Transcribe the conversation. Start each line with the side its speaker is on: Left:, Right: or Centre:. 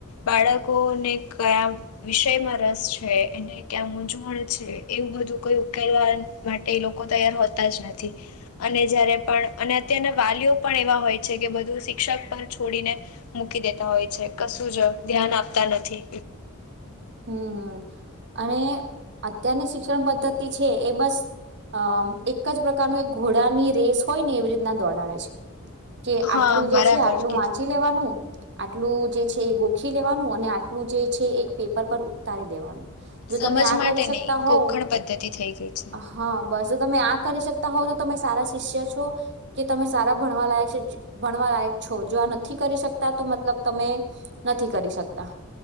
Left: બાળકોને કયા વિષયમાં રસ છે એને ક્યા મૂઝવણ છે એવું બધું કોઈ ઉકેલવા માટે એ લોકો તૈયાર હોતા જ નથી અને જયારે પણ અને અત્યારના વાલીઓ પણ એવા હોય છે કે બધું શિક્ષક પર છોડીને મૂકી દેતા હોય છે કશું જ ધ્યાન આપ તા નથી
Right: હમ અને અત્યારની શિક્ષણ પદ્ધતિ છે એ બસ અ એક જ પ્રકારનું એક ઘોડાની રેસ હોય ને એવી રીતના દોડા વે છે. કે
Left: હા
Right: આટલું જે
Left: બરાબર
Right: છે આટલું
Left: કીધું
Right: વાંચી લેવાનું આટલું જે છે એ ગોખી લેવાનું અને આ ટલું જે છે એક પેપર પર ઉતારી દેવાનું જો
Left: સમજ
Right: તમે આ
Left: માટે
Right: કરી શકતા
Left: નહીં
Right: હોવ
Left: ગોખણ પદ્ધતિ થઈ ગઈ છે
Right: હા બસ જો તમે આ કરી શકતા હોવ તો તમે સારા શિષ્ય છો કે તમે સારા ભણવા લાયક છે ભણવા લાયક છો જો આ નથી કરી શકતા તો મતલબ તમે નથી કરી શકતા